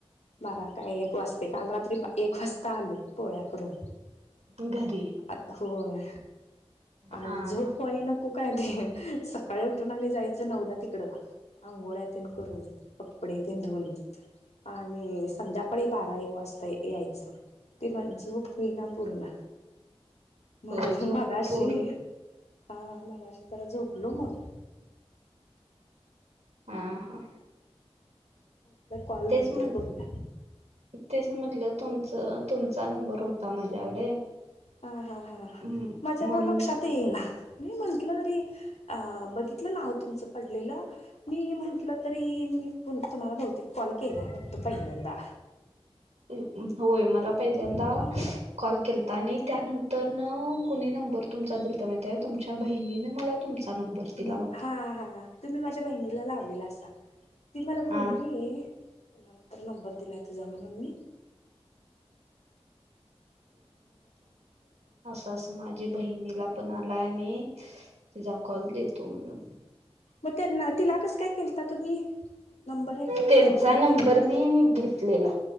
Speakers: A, on the left; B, on the right.
A: बारा काय एक वाजते काल रात्री एक वाजता आलू पोळ्या करून.
B: घरी
A: अ होय. आणि
B: हा
A: झोप
B: हा
A: होईना. काय ते सकाळी उठून आणि जायचं नउला तिकड आंघोळ्यतेन करून कपडे तेिं धुऊन आणि संध्याकाळी बारा एक वाजता यायचं ते मला झोप होईना पूर्ण म
B: होय झोप
A: मग अशी
B: पूर्ण
A: हा मगा अशी तर झोपलो मग
B: ह हा.
A: म्हटलं कॉल
B: तेच
A: नंतर
B: म्ह
A: करूया
B: तेच म्हंटलं तुमच. तुमचा नंबर होता माझ्याकडे.
A: हा हा हा
B: म्हणून
A: माझ्या लक्षात येईना. मी म्हटलं तरी अ बघितलं नाव तुमचं पडलेलं मी म्हटलं तरी मी तुम्हाला बहुतेक कॉल केला वाटत पहिल्यांदा
B: <inaudible> होय मला पहिल्यांदा
A: हा
B: कॉल केला तर आणि त्यानंतर कुणी न नंबर तुमचा दिलता माहित आहे तुमच्या बहिणीने मला तुमचा. नंबर दिला
A: नम
B: होता
A: हा हा. तुम्ही माझ्या बहिणीला लावलेला असा ती मला
B: हा
A: बोलली. कोणाला तर नंबर दिला तुझा म्हणून मी.
B: तस माझी बहिणीला पण आला आणि तिचा कॉल देतो म्हणून
A: मग त्यांना तिलाकस काय केलता तुम्ही. नंबर ह्याच्यावरचा
B: त्यांचा
A: घेऊन व्हय
B: नंबर मी घेतलेला.